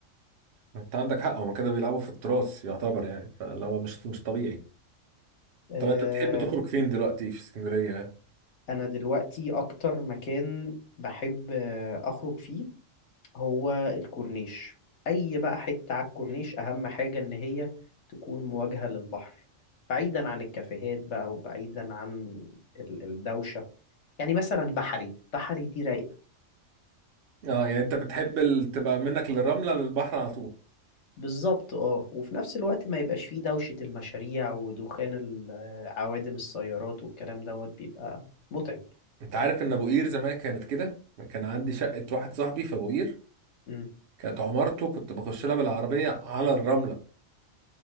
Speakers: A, on the right; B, on the left.
A: انت عندك حق هما كده بيلعبوا في التراث يعتبر يعني فاللي هو مش مش طبيعي
B: آه،
A: طب انت بتحب تخرج فين دلوقتي في اسكندرية
B: انا دلوقتي اكتر مكان بحب آه، اخرج فيه هو الكورنيش اي بقى حتة على الكورنيش اهم حاجة ان هي تكون مواجهة للبحر بعيدا عن الكافيهات بقى وبعيدا عن ال- الدوشة يعني مثلا بحري بحري دي رايقة
A: اه يعني انت بتحب ال- تبقى منك للرملة للبحر على طول
B: بالظبط اه وفي نفس الوقت ما يبقاش فيه دوشة المشاريع ودخان ال- آه، عوادم السيارات والكلام دوت بيبقى متعب
A: انت عارف ان ابو قير زمان كانت كده كان عندي شقة واحد صاحبي في ابو قير
B: مم.
A: كانت عمارته كنت بخش لها بالعربية على الرملة